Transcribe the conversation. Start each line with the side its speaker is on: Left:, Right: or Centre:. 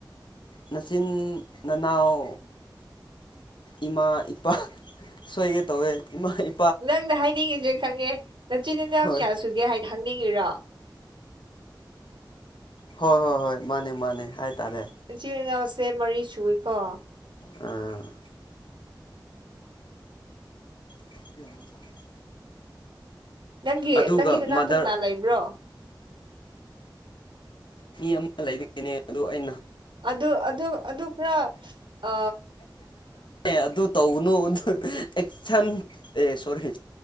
Left: ꯅꯆꯤꯟ ꯅꯅꯥꯎ ꯏꯃꯥ ꯏꯄꯥ ꯁꯣꯏꯒꯦ ꯇꯧꯋꯦ ꯏꯃꯥ ꯏ
Right: ꯅꯪꯅ ꯍꯥꯏꯅꯤꯡꯉꯤꯁꯦ ꯈꯪꯉꯦ ꯅꯆꯤꯟꯤꯟ ꯅꯎ
Left: ꯍꯣꯏ
Right: ꯀꯌꯥ ꯁꯨꯒꯦ ꯍꯥꯏꯅ ꯍꯪꯅꯤꯡꯉꯤꯔꯣ
Left: ꯍꯣꯏ ꯍꯣꯏ ꯍꯣꯏ ꯃꯥꯅꯦ ꯃꯥꯅꯦ ꯍꯥꯏꯇꯥꯔꯦ
Right: ꯏꯆꯤꯜ ꯏꯅꯥꯎꯁꯦ ꯃꯔꯤ ꯁꯨꯏꯀꯣ
Left: ꯎꯝ <unintelligible>
Right: ꯅꯪꯒꯤ
Left: ꯑꯗꯨꯒ
Right: ꯅꯪꯒꯤ ꯅꯅꯥꯇ
Left: ꯃꯥꯗꯔ
Right: ꯀꯅꯥ ꯂꯩꯕ꯭ꯔꯣ
Left: ꯃꯤ ꯑꯃ ꯂꯩꯕꯒꯤꯅꯦ ꯑꯗꯨ ꯑꯩꯅ
Right: ꯑꯗꯨ ꯑꯗꯨ ꯑꯗꯨ ꯈ꯭ꯔ ꯑ
Left: ꯑꯦ ꯑꯗꯨ ꯇꯧꯅꯨ ꯑꯗꯨ ꯑꯦꯛꯁꯟ ꯑꯦ ꯁꯣꯔꯤ